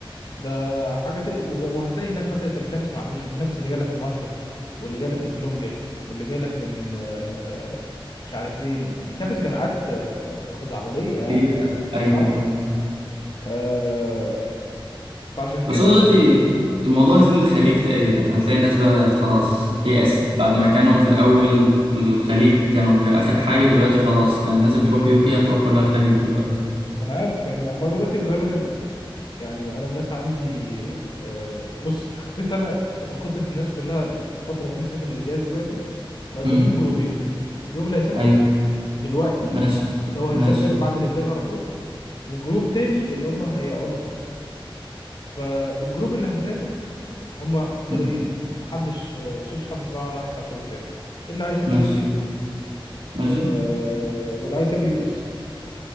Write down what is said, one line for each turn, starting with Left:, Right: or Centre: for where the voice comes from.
Left: ده حاجه تقلق وغ- وهتلاقي هناك مثلا انت بتنافس مع مين بتنافس اللي جايلك من هارفارد واللي جايلك من كولومبيا واللي جايلك من آه، مش عارف فين بتنافس جامعات آه، خزعبليه يعني
Right: إيه لا ايوه
Left: اه
Right: ايوه
Left: آه، فعشان كده
Right: بس هو
Left: ال-
Right: دلوقتي الموضوع زي للخليج تقريبا هتلاقي الناس بقى بقت خلاص يأست بعد ما كانوا في الأول الخليج كانوا بي- آخر حاجة دلوقتي خلاص كان الناس بتروح يوكي هتروح كلها الخليج دلوقتي
Left: ما انا عارف ان اما دلوقتي غالبا ال- يعني انا الناس عندي آه، بص خطيت انا وخطه الناس كلها في الفتره اللي احنا فيها في الامتياز دلوقتي مقسومين
Right: امم
Left: جروبين الجروب اللي هيسافر
Right: أيوه
Left: دلوقتي
Right: ماشي
Left: اللي هو
Right: ماشي
Left: هيسافر بعد الامتياز على طول وجروب تاني اللي هم هيقعدوا في مصر فالجروب اللي هيسافر هم طريقين
Right: مم.
Left: محدش آه، شفتش حد صراحة راح على الطريق التالت اللي عايز يسافر
Right: ماشي
Left: يو كي
Right: ماشي
Left: آه واللي عايز يسافر يو اس